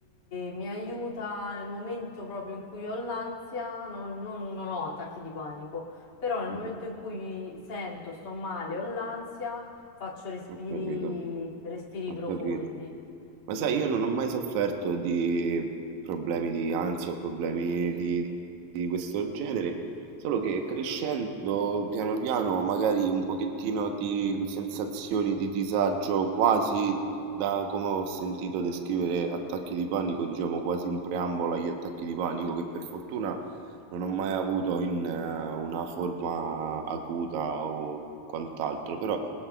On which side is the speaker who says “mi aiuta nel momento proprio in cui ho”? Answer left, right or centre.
Left